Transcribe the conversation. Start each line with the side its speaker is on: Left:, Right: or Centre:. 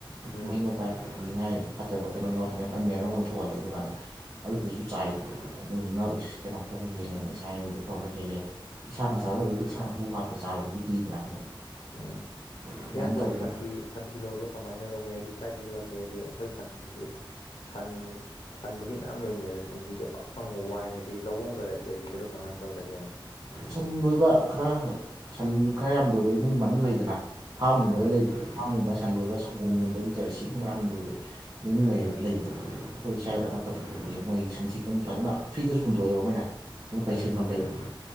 Left: ꯎꯝ
Right: ꯃꯍꯤꯛ ꯃꯇꯥꯏꯅꯤꯡꯉꯥꯏ ꯐꯠꯇꯕ ꯀꯩꯅꯣ ꯌꯥꯎꯗ꯭ꯔꯤꯉꯩ ꯐꯔ ꯃꯦꯟꯅꯔꯣꯝ ꯊꯣꯛꯍꯜꯂꯦ ꯑꯗꯨ ꯀꯥꯟꯗ ꯑꯗꯨꯗꯨꯁꯨ
Left: ꯎꯝ
Right: ꯆꯥꯏ ꯑꯗꯨꯗꯨꯅ ꯀꯩꯅꯣ ꯐꯕ ꯍꯦꯜꯂꯦ ꯏꯁꯥ ꯏꯉꯨꯡꯗ ꯐꯕ ꯍꯦꯜꯂꯦ ꯏꯁꯥꯅ ꯆꯥꯖꯕꯩꯗꯤ ꯏꯁꯥꯅ ꯍꯨ ꯍꯥꯠꯄ ꯆꯥꯕꯗꯨꯗꯤ ꯀꯤꯗꯅ ꯑꯃꯨꯛ
Left: ꯎꯝ
Right: ꯑꯗꯨꯃꯥꯏꯅ
Left: ꯏꯌꯥꯝꯕꯣꯏ
Right: ꯇꯧꯕꯗ
Left: ꯁꯟꯊꯤ ꯁꯟꯊꯤ ꯂꯧꯗ ꯀꯃꯥꯏꯅ ꯂꯧꯒꯦ ꯍꯥꯏꯗꯤ ꯀꯥꯏꯗꯒꯤ ꯂꯧꯒꯦ ꯍꯥꯏꯗꯤ ꯑꯩꯈꯣꯏ ꯁꯟꯊꯤꯁꯦ ꯁꯟ ꯁꯟꯕꯨꯗꯤ ꯃꯌꯥꯝ ꯂꯣꯏꯅꯤ ꯑꯗꯣ ꯁꯟꯊꯤꯁꯦ ꯄꯥꯛ ꯐꯪꯕ ꯋꯥꯏ ꯍꯥꯏꯗꯤ ꯂꯧꯕꯣꯡꯒ ꯂꯩꯈꯤꯗꯣꯏꯔꯥ ꯀꯃꯥꯏꯅ ꯇꯧꯗꯒꯦꯅꯣ
Right: ꯁꯟ ꯂꯣꯏꯕ ꯈꯔ ꯁꯟ ꯈꯔ ꯌꯥꯝ ꯂꯣꯏꯕ ꯏꯃꯨꯡ ꯃꯅꯨꯡ ꯂꯩꯗꯅ ꯐꯥꯔꯝꯒꯨꯝꯕꯗ
Left: ꯎꯝ
Right: ꯂꯩꯕ ꯐꯥꯔꯝꯒꯨꯝꯕ ꯁꯟ ꯂꯣꯏꯕ ꯁꯪꯒꯣꯝ ꯌꯣꯟꯗꯒꯤ ꯖꯔꯁꯤꯒꯨꯝꯕ ꯌꯥꯝ ꯂꯣꯏꯕ ꯏꯡ
Left: ꯑꯥ
Right: ꯂꯩꯕꯗꯣ ꯑꯩꯈꯣꯏ ꯁꯥꯏꯠ
Left: ꯑꯥ
Right: ꯑꯅꯛꯄꯗ ꯃꯣꯏ ꯁꯟꯊꯤ ꯄꯨꯡ ꯐꯖꯅ ꯐ꯭ꯔꯤꯗꯁꯨ ꯍꯨꯟꯗꯣꯛꯑꯦꯕ ꯃꯣꯏꯅ ꯃꯣꯏ
Left: ꯎꯝ
Right: ꯄꯩꯁꯟ ꯃꯝ
Left: ꯍꯨꯟꯇꯣꯛꯑꯦ
Right: ꯂꯩꯩ